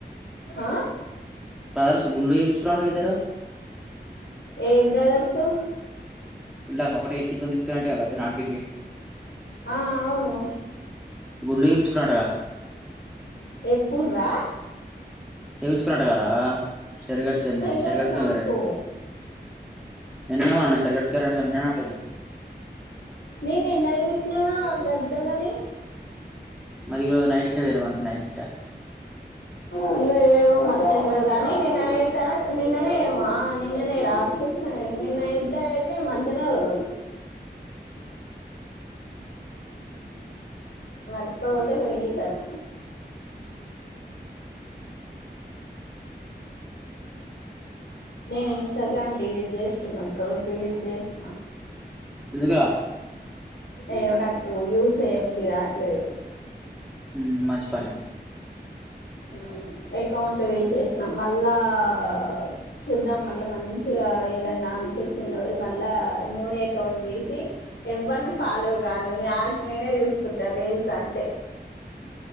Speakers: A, on the left (about 85°); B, in the centre.
A: ఆ
B: బ్రదర్స్ గుండ్లు చేపించుకున్నరట కద ఇద్దరు
A: ఏ బ్రదర్సు
B: ఇందాక ఒకటి ఎక్కించుకొతినితిప్పుతున్నాట్టే వద్దునాడికిడికి
A: ఆ అవును
B: గుండ్లు చేపించుకున్నారంట కదా
A: ఎప్పుడ్ రా
B: చేయించుకున్నట రా చెరువ్గటుకిన్నె
A: తెల్వదు
B: చెరువ్ గట్టు
A: నాకు
B: కె పోయరండే ఎన్ను మన్న చరకట్ కారంట తిన్నా అట్ట ఉంది
A: నిను నిన్న చూసినగ గద్దలని
B: మరి ఈరోజు నైట్ గిట పోయిరమను నైట్ గిట
A: ఇంగ ఏదో తెల్వదు కానీ నిన్న అయితే నిన్ననే ఏమో ఆ నిన్ననే రాత్రి చూసిన నిన్న ఇద్దరైతే మంచినే ఉర్రు నేన్ కట్టకపోతే పొయ్యి కట్టు నేన్ ఇన్స్టాగ్రామ్ డిలీట్ చేస్తున్నా బ్రో డిలీట్ చేసిన
B: ఎందుకురా
A: ఏమో నాకు యూస్ చేయబుద్ధి కాట్లేదు.
B: మ్మ్ మంచి పనే
A: మ్మ్ ఎకౌంట్ ఇట్ల చేసేషినం మళ్ళా ఆ చూద్దాం మళ్ళా మంచిగా ఏదన్నా అనిపించినోజు మళ్ళా న్యూ ఎకౌంట్ తీసి ఎవర్ని ఫాలో గాను నాకు నేనే చూసుకుంటా రీల్స్ అంతే.